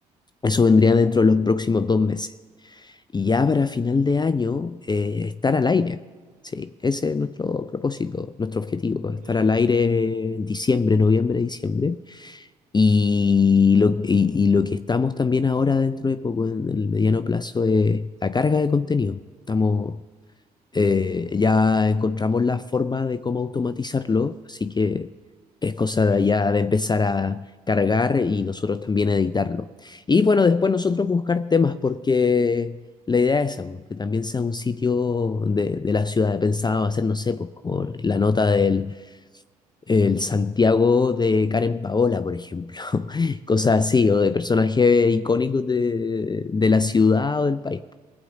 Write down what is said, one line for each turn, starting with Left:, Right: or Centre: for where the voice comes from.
Left: Eso vendría
Right: Ya,
Left: dentro de los próximos dos meses. Y ya para final de año, eh, estar al aire. Sí, ese es nuestro propósito, nuestro objetivo,
Right: buenísimo,
Left: estar al aire
Right: buenísimo.
Left: en diciembre, noviembre, diciembre y lo, y, y lo que estamos también ahora dentro de poco, en el mediano plazo, es la carga de contenido. Estamos, eh, ya encontramos la forma de cómo automatizarlo, así que es cosa
Right: Eso.
Left: de ya de empezar a cargar y nosotros también editarlo. Y bueno, después nosotros buscar temas, porque la idea es esa, pues, que también sea un sitio de, de la ciudad. Pensaba hacer, no sé, pues como la nota del el Santiago de Karen Paola, por ejemplo, <laughs> cosas así,
Right: Ya,
Left: o de personajes
Right: ya.
Left: icónicos de, de la ciudad o del país.